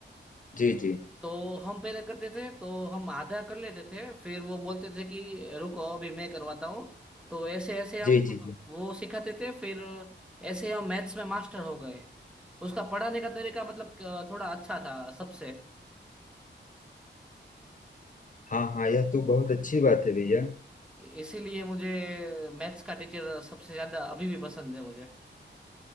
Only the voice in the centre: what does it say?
तो हम पहले करते थे तो हम आधा कर लेते थे फिर वो बोलते थे कि रुको अभी मैं करवाता हूँ तो ऐसे ऐसे हम
वो सिखाते थे फिर ऐसे हम मैथ्स में मास्टर हो गए उसका पढ़ाने का तरीका मतलब अ, थोड़ा अच्छा था सबसे
इसीलिए मुझे मैथ्स का टीचर सबसे ज्यादा अभी भी पसंद है मुझे